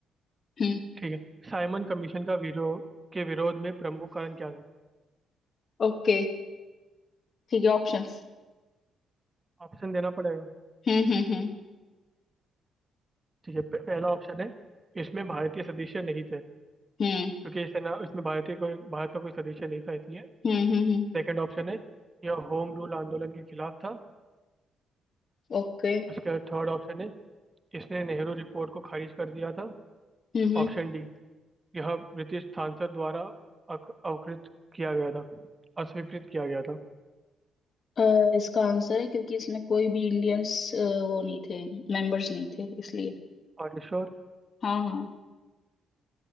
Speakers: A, on the left; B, on the right.
A: हम्म
B: ठीक है साइमन कमीशन का विरोध के विरोध में प्रमुख कारण क्या था
A: ओके ठीक है ऑप्शंस
B: ऑप्शन देना पड़ेगा
A: हम्म हम्म
B: ठीक है प- पहला ऑप्शन है इसमें भारतीय सदस्य नहीं थे
A: हम्म
B: क्योंकि इसे ना इसमें भारतीय कोई भारत का कोई सदस्य नहीं था इसलिए
A: हम्म हम्म हम्म
B: सेकंड ऑप्शन है यह होम रूल आंदोलन के खिलाफ था
A: ओके हम्म okay,
B: उसके बाद थर्ड ऑप्शन है इसने नेहरू रिपोर्ट को खारिज कर दिया था
A: हम्म, हम्म,
B: Option D यह ब्रिटिश सांसद द्वारा अक- अकृत किया गया था अस्वीकृत किया गया था
A: अ, इसका आंसर है क्योंकि इसमें कोई भी इंडियंस वो नहीं थे मेंबर्स नहीं थे इसलिए
B: और श्योर
A: हाँ हाँ